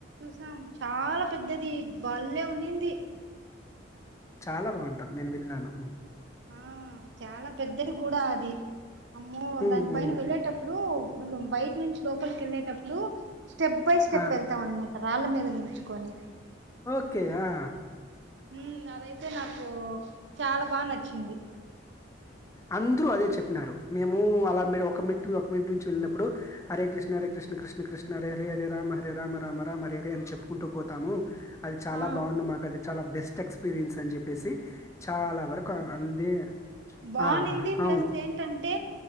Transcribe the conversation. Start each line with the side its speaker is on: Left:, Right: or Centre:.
Right: సినాం చాలా పెద్దది బల్లే ఉన్నింది
Left: చాలా బాగుంటది నేను వెళ్ళినను
Right: ఆ చాలా పెద్దది కూడా అది అమ్మో
Left: హ్మ్.
Right: దాని
Left: హ్మ్.
Right: పైన వెళ్ళేటప్పుడు బయట నుంచి లోపలికి వెళ్ళేటప్పుడు స్టెప్ బై స్టెప్
Left: ఆ!
Right: వెళ్తాన్నమాట రాళ్ళ మీద నిల్చుకొని
Left: ఓకేయా
Right: ఉం అదైతే నాకు చాలా బా నచ్చింది
Left: అందరూ అదే చెప్పినారు. మేము అలా ఒక మిట్ నుంచి ఒక మినిట్ నుంచి వెళ్ళినప్పుడు, హరే కృష్ణ హరే కృష్ణ కృష్ణ కృష్ణ హరే హరే హరే రామ హరే రామ రామ రామ హరే హరే అని చెప్పుకుంటూ పోతాము. అది చాలా
Right: ఆ
Left: బాగుంది మాకు అది చాలా బెస్ట్ స్ట్ ఎక్స్పీరియన్స్ అన్ చెప్ చెప్పేసి చాలా వరకు అందే
Right: బాగునింది
Left: ఆ!
Right: ప్లస్
Left: అవును.
Right: ఏంటంటే